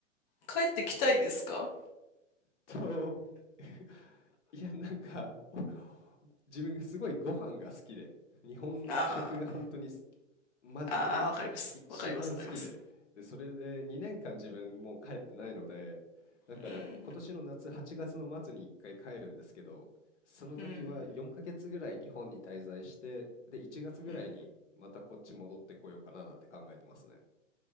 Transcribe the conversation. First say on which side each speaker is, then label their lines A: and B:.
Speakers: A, on the left (about 35°); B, on the left (about 65°).
A: 帰ってきたいですか
B: と、<laughs> いや、なんか、お <laughs> 自分すごいご飯が好きで、日本食が本当にす
A: あ
B: マジで一番好きで、
A: あ、ああ、わかります。わかります、わかります。
B: で、それで2年間自分もう帰ってないので、だから今年の夏8月の末に1回帰るんですけど、
A: うん。
B: その時は4ヶ月ぐらい日本に滞在して、
A: うん。
B: で、1月ぐらいにまたこっち戻ってこようかななんて考えてますね。
A: うん、